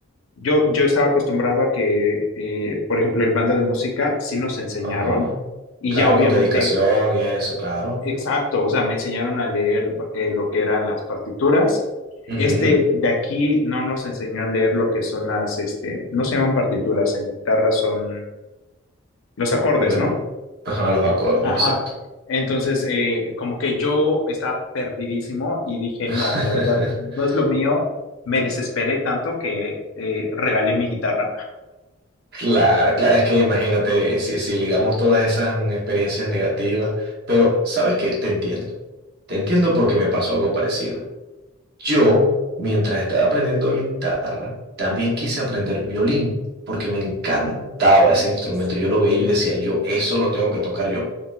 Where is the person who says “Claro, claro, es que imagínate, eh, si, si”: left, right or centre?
Right